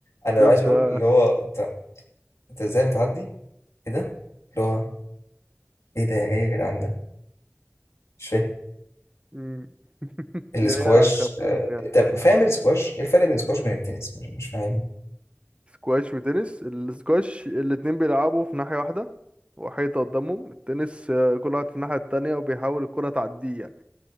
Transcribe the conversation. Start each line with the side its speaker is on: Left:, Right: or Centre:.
Left: انا
Right: شفت
Left: عايز اقول
Right: اه
Left: اللي هو انت انت ازاي بتعدي ايه ده اللي هو ايه ده ايه يا جدعان ده مش فاهم
Right: مم.
Left: الاسكواش
Right: هي خفلهم
Left: آه،
Right: يعني
Left: طب فاهم الاسكواش ايه الفرق بين الاسكواش وبين التنس مش مش فاهم
Right: سكواش وتنس السكواش الاتنين بيلعبوا في ناحية واحدة وحيطة قدامهم التنس آه، كل واحد في الناحية التانية وبيحاول الكرة تعديه يعني.